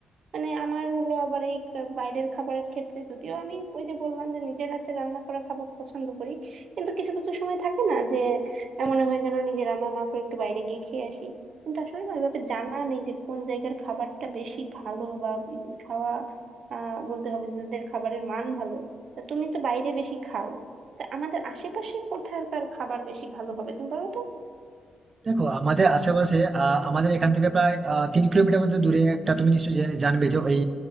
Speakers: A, on the right; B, on the right.
A: মানে আমার হলো আবার এই কা- বাইরের খাবারের ক্ষেত্রে যদিও আমি ওই যে বললাম যে নিজের হাতে রান্না করা খাবার পছন্দ করি কিন্তু কিছু কিছু সময় থাকে না যে আহ, মনে হয় যেন নিজে রান্না না করে একটু বাইরে গিয়ে খেয়ে আসি কিন্তু আসলে না ওইভাবে জানা নেই যে কোন জায়গার খাবারটা বেশি ভালো বা উম, খাওয়া আহ বলতে হবে যে যাদের খাবারের মান ভালো তা তুমি তো বাইরে বেশি খাও তা আমাদের আশেপাশে কোথাকার খাবার বেশি ভালো হবে তুমি বলো তো
B: দেখো আমাদের আশেপাশে আহ, আমাদের এখান থেকে প্রায় আহ, তিন কিলোমিটার মতো দূরে একটা তুমি নিশ্চয়ই জেনে- জানবে যে ওই